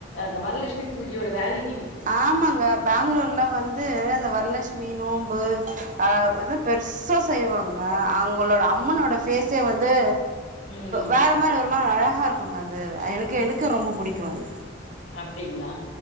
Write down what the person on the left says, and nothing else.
அந்த வரலஷ்மி பூஜையோட வேல்யு
ம்
அப்டிங்களா